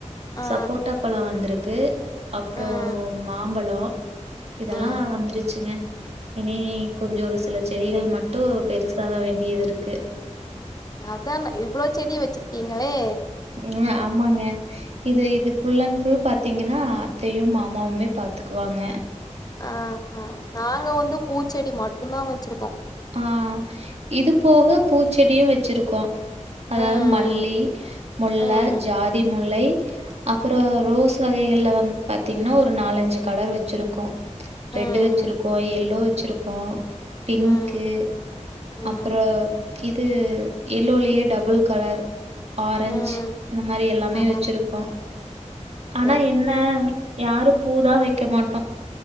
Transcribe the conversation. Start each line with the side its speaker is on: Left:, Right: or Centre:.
Left: ஆ
Right: சப்போட்டா பழ வந்துருக் க்கு அப்றோ
Left: ம்
Right: மாம்பழ கோ இதெல்லா
Left: ம்
Right: வந்துருச் ங்க இனி கொஞ்சோ ஒரு சில செடிகள் மட்டு பெருசாக வேண்டியது இருக்கு
Left: அதான இவ்ளோ செடி வச்சிருக்கீங்களே
Right: ம் ஆமாங்க இது இது ஃபுல் அண்ட் ஃபுல் பாத்தீங்கனா அத்தையு மாமாவுமே பாத்துக்குவாங்க
Left: ஆ ஆ நாங்க வந்து பூச்செடி மட்டுந்தா வச்சுருக்கோ
Right: ஆ இது போக பூச்செடியு வச் ச்சிருக்கோ அதாவது
Left: ம்
Right: மல்லி முல்ல
Left: ம்
Right: ஜாதி முல்லை அப்பறோ ரோஸ் வகைகள்ல வந்து பாத்தீங்கனா ஒரு நாலஞ்சு கலர் வச்சுருக்கோ
Left: ம் ம்
Right: ரெட்டு் வச்சிருக்கோ எல்லோ வச்சிருக்கோ பிங்
Left: ம்
Right: கு
Left: ம் ம்
Right: அப்பறோ இது எல்லோலேயே டபுள் கலர் ஆரஞ்ச்
Left: ம்
Right: இந்த மாரி எல்லாமே
Left: ஆ
Right: வச்சிருக்கோ ஆனா
Left: சரி
Right: என்ன யாரு பூ தா வைக்க மாட்டோ